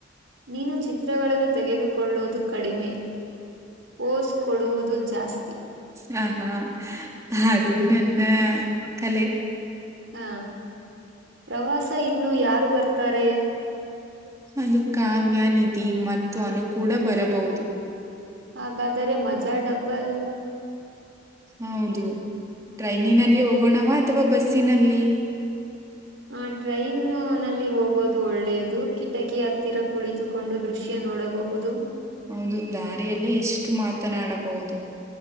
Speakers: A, on the right; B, on the right.
A: ನೀನು ಚಿತ್ರಗಳನ್ನು ತೆಗೆದುಕೊಳ್ಳುವುದು ಕಡಿಮೆ. ಪೋಸ್ ಕೊಡುವುದು ಜಾಸ್ತಿ
B: ಹ ಹಾ ಅದು ನನ್ನ. ಕಲೆೆ.
A: ಹಾ ಪ್ರವಾಸ ಇನ್ನು ಯಾರು ಬರ್ತಾರೆ.
B: ಅದು ಕಾವ್ಯ ನಿಧಿ ಮತ್ತು ಅನು ಕೂಡ ಬರಬಹುದು.
A: ಹಾಗಾದರೆೆ ಮಜಾ ಡಬ್ಬಲ್.
B: ಹೌದು ಟ್ರೈನಿನಲ್ಲಿ ಹೋಗೋಣವಾ ಅಥವಾ ಬಸ್ಸಿನಲ್ಲಿ.
A: ಹ ಟ್ರೈನ್ ನಲ್ಲಿ ಹೋಗೋದು ಒಳ್ಳೇದು ಕಿಟಕಿ ಹತ್ತಿರ ಕುಳಿತು. ಕೊಂಡು ದೃಶ್ಯ ನೋಡಬಹುದು.
B: ಹೌದು ದಾರಿಯಲ್ಲೇ ಎಷ್ಟು ಮಾತನಾಡಬಹುದು.